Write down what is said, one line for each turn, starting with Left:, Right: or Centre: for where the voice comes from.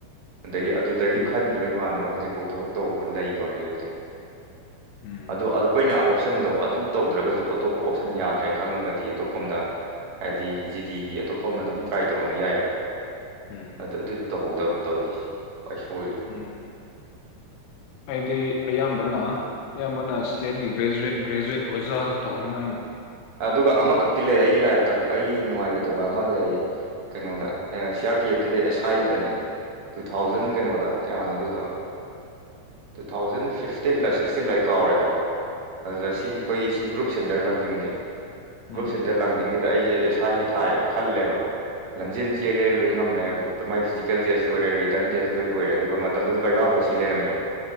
Right: ꯑꯗꯒꯤ ꯑꯗꯨꯗꯒꯤ
Left: ꯎꯝ
Right: ꯈꯟꯈꯤꯕ ꯏꯃꯥꯟꯅꯕ ꯍꯧꯖꯤꯛ ꯐꯥꯎ ꯊꯕꯛ ꯇꯧꯕ ꯂꯩꯀꯣ ꯂꯩꯕꯗꯤ
Left: ꯎꯝ
Right: ꯑꯗꯣ ꯑꯩꯈꯣꯏꯅ ꯑꯣꯞꯁꯟꯗꯣ ꯑꯗꯨ ꯇꯧꯗ꯭ꯔꯒꯁꯨ ꯑꯇꯣꯞꯄ ꯑꯣꯞꯁꯟ ꯌꯥꯗ꯭ꯔꯦ ꯈꯪꯉꯒꯗꯤ ꯑꯇꯣꯞꯄꯝꯗ ꯍꯥꯏꯗꯤ ꯖꯤꯗꯤꯒꯤ ꯑꯇꯣꯞꯄ ꯑꯃ ꯑꯗꯨꯝ ꯇ꯭ꯔꯥꯏ ꯇꯧꯔꯝꯕ ꯌꯥꯏꯌꯦꯕ
Left: ꯎꯝ
Right: ꯑꯗꯨ ꯑꯗꯨꯏꯗꯣ ꯇꯧꯍꯧꯗꯕ ꯇꯧꯔꯤꯁꯦ ꯈ꯭ꯋꯥꯏ ꯁꯣꯏꯔꯤꯁꯦ
Left: ꯎꯝ ꯑꯩꯗꯤ ꯑꯌꯥꯝꯕꯅ ꯑꯌꯥꯝꯕꯅ ꯏꯁꯇꯦꯠꯀꯤ ꯒ꯭ꯔꯦꯖꯨꯋꯦꯠ ꯒ꯭ꯔꯦꯖꯨꯋꯦꯠ ꯑꯣꯖꯥꯗꯣ ꯇꯧꯅꯤꯡꯉꯥꯏꯅꯦ꯫
Right: ꯑꯗꯨꯒ ꯑꯃꯈꯛꯇꯤ ꯂꯩ ꯑꯩꯒꯤ ꯂꯥꯏꯐꯇ ꯑꯩꯒꯤ ꯅꯨꯡꯉꯥꯏꯒꯤꯗꯕ ꯑꯃ ꯂꯩꯌꯦ ꯀꯩꯅꯣꯗ ꯁꯤ ꯑꯥꯔ ꯄꯤ ꯑꯦꯐꯀꯤꯗ ꯑꯦꯁ ꯁꯥꯏꯒꯤꯗꯅꯦ ꯇꯨ ꯊꯥꯎꯖꯟ
Left: ꯎꯝ
Right: ꯀꯩꯅꯣꯗ ꯀꯌꯥꯅꯣ ꯑꯗꯨꯗꯣ ꯇꯨ ꯊꯥꯎꯖꯟ ꯐꯤꯐꯇꯤꯟꯂ ꯁꯤꯛꯁꯇꯤꯟꯂ ꯑꯩ ꯀꯥꯎꯔꯦꯀꯣ ꯑꯗꯨꯗ ꯁꯤꯒꯤ ꯑꯩꯈꯣꯏꯒꯤ ꯁꯤ ꯒ꯭ꯔꯨꯞ ꯁꯦꯟꯇꯔ ꯂꯥꯡꯖꯤꯡꯒꯤ
Left: ꯎꯝ
Right: ꯒ꯭ꯔꯨꯞ ꯁꯦꯟꯇꯔ ꯂꯥꯡꯖꯤꯡꯒꯤꯗ ꯑꯩꯁꯦ ꯑꯦꯁ ꯁꯥꯏꯒꯤ ꯊꯥꯏꯑꯕ ꯈꯜꯂꯦꯕ ꯂꯝꯖꯦꯟ ꯆꯦꯜꯂꯦ ꯂꯣꯏ ꯉꯝꯃꯦ ꯃꯥꯏ ꯐꯤꯖꯤꯀꯦꯜ ꯇꯦꯁ ꯂꯣꯏꯔꯦ ꯔꯤꯇꯔꯟ ꯇꯦꯁ ꯂꯣꯏ ꯂꯣꯏꯔꯦ ꯑꯗꯨꯒ ꯃꯇꯝꯗꯨꯗ ꯕꯩꯕꯥꯕꯣ ꯁꯤ ꯂꯩꯔꯝꯃꯦꯕ